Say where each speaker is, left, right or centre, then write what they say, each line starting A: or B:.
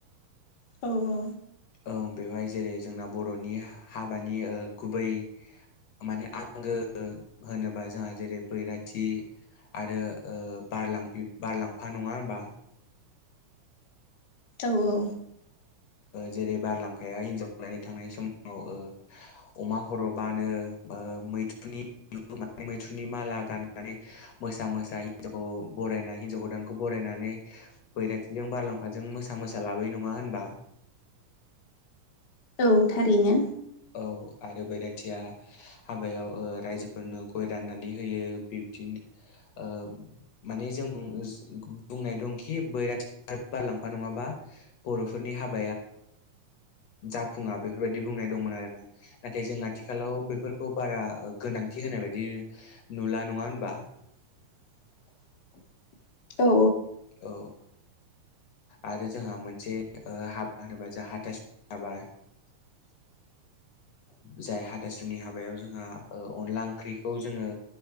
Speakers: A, on the left; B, on the left.
A: औ औ।
B: औ बेवहाय जेरै जोंना बर'नि हाबानि ओ गुबै। माने आंगो होनोबा जोंहा जेरै बैराथि। आरो ओ बारलां बारलांफा नङा होमबा।
A: औ औ।
B: जेरै बारलांफाया हिनजाव लायनो थांनाय समाव अमा खर'बानो। ओ मैथुनि। मैथ्रुनि माला गाननानै मोसा मोसा हिन्जाव बरायना हिन्जाव गोदानखौ बरायनानै। बैरथि जों बारलांफाजों मोसा मोसा लाबोयो न नङा होनबा।
A: औ थारैनो।
B: औ आरो बैराथिया हाबायाव रायजोफोरनो गय राननानै होयो। बिदिनो ओ माने जों बुंनाय दंखि बैराथि। बारलांफा नङा बर'फोरनि हाब जाफुङा बेफोरबायदि बुंनाय। दंमोन आरो ना नाथाय जों आथिखालाव बेफोरखौ बारा गोनांथि होनाय बायदि नुला। नङा होनबा।
A: <unintelligible> औ
B: औ। आरो जोंहा मोनसे हाबा होनोबा जों हाथासुनि हाबा।
A: <unintelligible>
B: जाय हाथासुनि हाबायाव जोंहा ओ अनला ओंख्रिखौ जोङो